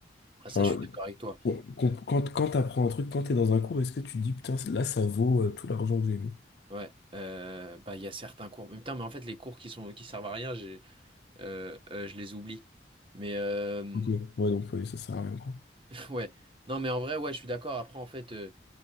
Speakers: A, on the right; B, on the left.
A: ah, ça
B: Enfin,
A: je suis d'accord avec toi.
B: quand, quand, quand t'apprends un truc, quand t'es dans un cours, est-ce que tu te dis, putain, là, ça vaut euh, tout l'argent que j'ai mis?
A: Ouais, euh, bah il y a certains cours. Mais putain, mais en fait les cours qui sont qui servent à rien, j'ai euh, euh, je les oublie. Mais euh,
B: Ok. Ouais, donc, oui, ça sert à rien, quoi.
A: Ouais, non mais en vrai, ouais, je suis d'accord. Après, en fait, euh,